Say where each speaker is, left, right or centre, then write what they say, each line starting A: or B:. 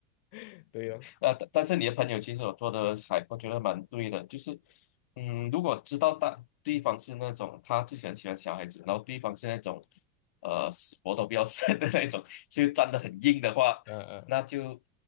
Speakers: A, on the left; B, on the left.
A: <laughs> 对哦，
B: 呃，但但是你的朋友其实我做的还我觉得蛮对的，就是，嗯，如果知道大对方是那种他自己很喜欢小孩子，然后对方是那种，呃，死活都不要生的那种，就站得很硬的话，
A: 嗯嗯，
B: 那就